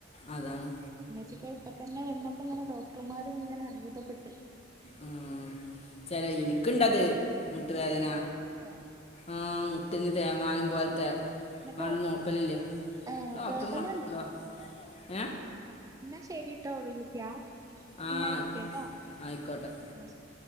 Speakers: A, on the left (about 35°); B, on the right (about 20°).
A: അതാണ്
B: ചെക്കൻ ഇപ്പൊ തന്നെ വന്നപ്പോ ങ്ങനെ ഡോക്ടർമാരും ഇങ്ങനെ അത്ഭുതപ്പെട്ട്
A: ഉം ചെലെ ഇനിക്ക്ണ്ടത് മുട്ടുവേദന
B: ഇങ്ങക്കുണ്ടോ
A: ആ മുട്ടിന് തേമാനം പോലത്തെ
B: എന്നിട്ട്
A: പ്പാണ്ട് നോക്കലില്ല
B: ഏഹ്
A: ഡോക്ടർമ്മാര്
B: വേദന ഇന്നാ ശരിട്ടോ വിളിക്ക്യാ പിന്നെ
A: ആഹ്
B: വിളിക്കട്ടോ
A: ആയിക്കോ ആയിക്കോട്ടെ
B: ന്നാ ശരി